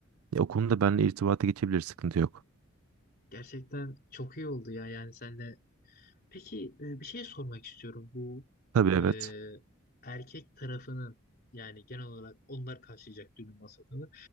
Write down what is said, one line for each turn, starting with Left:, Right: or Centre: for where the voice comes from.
Right: Ya, o konuda benimle irtibata geçebilir sıkıntı yok.
Left: gerçekten çok iyi oldu ya yani sen Peki e, bir şey sormak istiyorum. Bu
Right: Tabii evet.
Left: e, erkek tarafının yani genel olarak onlar karşılayacak düğün masrafını